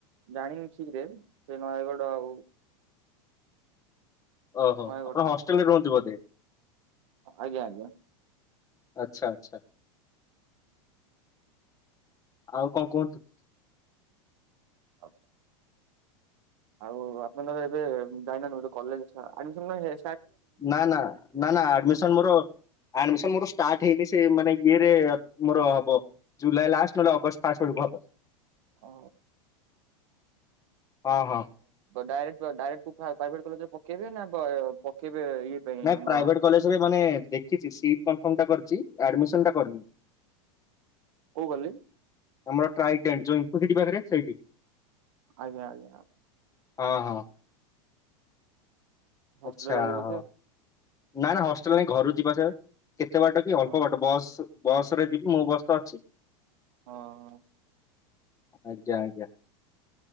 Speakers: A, on the right; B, on the left.
A: ଜାଣିନି ଠିକ ରେ ସେ ନୟାଗଡ ଆଉ
B: ଓହୋ
A: ନୟାଗଡ଼
B: ଆପଣ
A: ତାଙ୍କର
B: ହଷ୍ଟେଲ ରେ ରୁହନ୍ତିିବ ବୋଧେ।
A: ଆଜ୍ଞା ଆଜ୍ଞା
B: ଆଚ୍ଛା ଆଚ୍ଛା ଆଉ କଣ କୁହନ୍ତୁ
A: ଆଛ ଆଉ ଆପଣଙ୍କର ଏବେ ଯାଇନା ଗୋଟେ କଲେ ଆଡମି ହେ
B: ନା ନା ନା ଆଡମିସନ ମୋର ଆଡମିସନ ମୋର ଷ୍ଟାର୍ଟ ହେଇନି ସେ ମାନେ ଇଏରେ ମୋର ହବ ଜୁଲାଇ ଲଷ୍ଟ ନହେଲେ ଅଗଷ୍ଟ ଫାଷ୍ଟେଳକୁ ହବ
A: ଅ
B: ହଁ ହଁ।
A: ଡାଇକ୍ଟ ଡାଇଟ ପ୍ରାଇଭେଟ କଲେଜରେ ପକେଇବେ ନା ପକେଇବେ ପାଇଁ
B: ନାଇଁ
A: ଆମର
B: ପ୍ରାଇଭେଟ କଲେଜରେ ମାନେ ଦେଖିଛି ସିଟର୍ମା କରି ଆଡମିନ ଟା କରିନି
A: କେଉଁ କଲିଣି
B: ଆମର ଟ୍ରାଇଡ ଯଉୁ ସେଠି ପାଖରେ ସେଇଠି
A: ଆଜା ଆଜା ଆା
B: ହଁ ହଁ
A: ହଷ୍ଟେଲରେ
B: ଆଚ୍ଛା
A: ରହିବେ ବୋଧେ
B: ହଁ ନାାଇ ନା ହଷ୍ଟେଲ ନାଇଁ ଘରୁ ଯିବାସ କେତେ ବାଟ କି ଅଳ୍ପ
A: ହଁ
B: ବାଟ ବସ୍ ବସ ରେ ଯିବି ମୁଁ ବସ୍ ତ ଅଛି
A: ହଁ ହଁ
B: ଆଜ୍ଞା ଆଜ୍ଞା